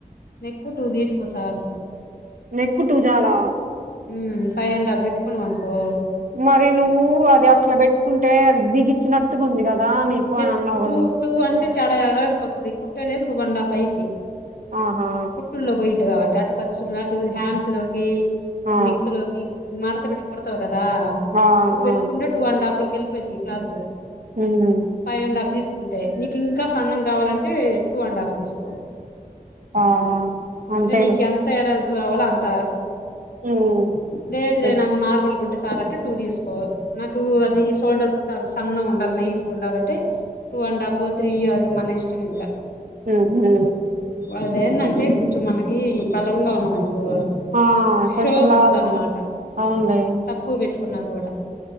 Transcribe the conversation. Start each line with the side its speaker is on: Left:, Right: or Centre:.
Left: నెక్కువ టూ తీసుకోసాలు.
Right: నెక్కు టూ చాలా
Left: ఉ. ఫైవ్ అండ్ఫా పెట్టుకున్నా వనుకో
Right: మరి నువ్వు అది అట్లా పెట్టుకుంటే అది బిగిచ్చినట్టుగా ఉంది కదా నీకు
Left: చెప్
Right: అని అన్నావు
Left: టూ
Right: నువ్వు
Left: టూ అంటే చాలా ఏలాడిపోతుది కుట్ట లేప్పు ట అండ్ హాఫ్ అయిది
Right: ఆహా
Left: కుట్ల్లో పోయిద్ది కాబట్టి అటు <unintelligible> లు హ్యాండ్స్లోకి
Right: ఆ
Left: నెక్లోకి మడతబెట్టి కుడతావగదా
Right: ఆ
Left: ఇది పెట్టుకుంటే
Right: ఆ
Left: టూ అండ్ హాఫ్ లోకి వెళ్ళిపోయిద్ది క్లాత్
Right: హ్మ్
Left: ఫైవ్ అండ్ హాఫ్ తీసుకుంటే నీకు ఇంకా సన్నం కావాలంటే టూ అండ్ హాఫ్ తీసుకో
Right: ఆ అంతేలే
Left: అంటే నీకు ఎంత వెడల్పు కావాలో అంత
Right: ఉమ్
Left: లేదులేే
Right: పెట్
Left: నాకు నార్మల్ గుంటె చాలంటే టూ తీసు కుంటే నాకు అది షోల్డర్ కాడ సన్నగ ఉండాలి నైస్ ఉండాలంటే టూ అండ్ హాఫ్ త్రీయ అది మన ఇష్టం ఇంకా
Right: ఊహూ
Left: అదేంటంటే కొంచెం మనకి బలంగా ఉన్నాంనుకో
Right: ఆ కొంచెం
Left: షోగా
Right: లావుగా
Left: ఉంటది అన్నమాట
Right: అవునులే
Left: తక్కువ పెట్టుకున్నా కూడా